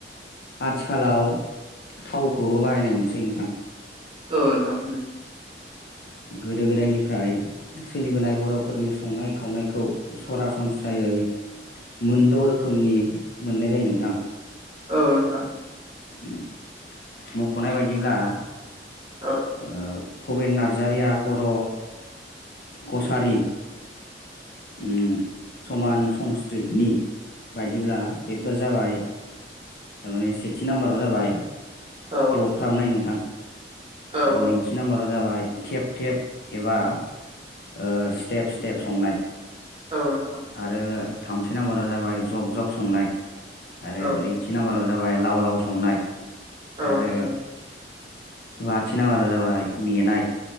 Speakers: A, on the left; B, on the right.
A: आथिखालाव थावखौबो बाहायनाय नुसै नोंथां।
B: औ नोंथां।
A: गोदो गोदायनिफ्राय सोलिबोनाय बर'फोरनि संनाय खावनायखौ सरासनस्रायै मोनद' रोखोमनि मोननाय जायो नोंथां।
B: औ नोंथां।
A: उम मख'नाय बायदिब्ला
B: औ
A: ओ भबेन नार्जारिया बर' कसारि उम समान संस्कृतनि बायदिब्ला बेफोर जाबाय थारमाने सेथि नाम्बाराव जाबाय एवफ्राब
B: औ
A: नाय नोंथां
B: औ
A: आरो
B: औ
A: नैथि नाम्बारा जाबाय थेब थेब एबा ओ स्टेप स्टेप संनाय
B: औ नोंथां
A: आरो थाम थि नाम्बाराव जाबाय जब जब संनाय आरो
B: औ
A: ब्रैथि नाम्बाराव जाबाय लाव लाव संनाय
B: औ
A: आरो
B: नोंथां औ
A: बाथि नाम्बारा जाबाय मेनाय